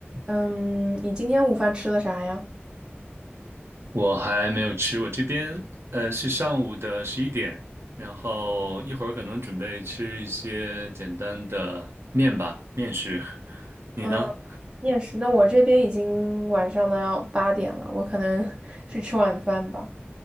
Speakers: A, on the right; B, on the right.
A: 嗯，你今天午饭吃了啥呀？
B: 我还没有吃，我这边呃是上午的十一点，然后一会儿可能准备吃一些简单的面吧，面食。<laughs> 你呢？
A: 嗯，面食。那我这边已经晚上的要八点了，我可能 <laughs> 去吃晚饭吧。